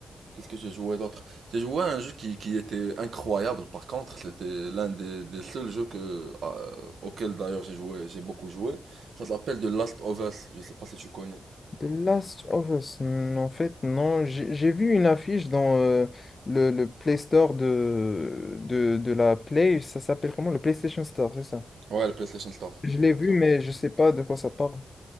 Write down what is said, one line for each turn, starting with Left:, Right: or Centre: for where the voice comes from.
Right: Qu'est-ce que j'ai joué d'autre? J'ai joué à un jeu qui, qui était incroyable. Par contre, c'était l'un des, des seuls jeux que, euh, auquel d'ailleurs j'ai joué, j'ai beaucoup joué. Ça s'appelle The Last of Us. Je sais pas si tu connais.
Left: The Last of Us, hmm, en fait, non. J'ai j'ai vu une affiche dans euh, le, le Play Store de, de, de la Play. Ça s'appelle comment? Le PlayStation Store, c'est ça.
Right: Ouais, le PlayStation Store,
Left: Je l'ai
Right: exactement.
Left: vu, mais je sais pas de quoi ça parle.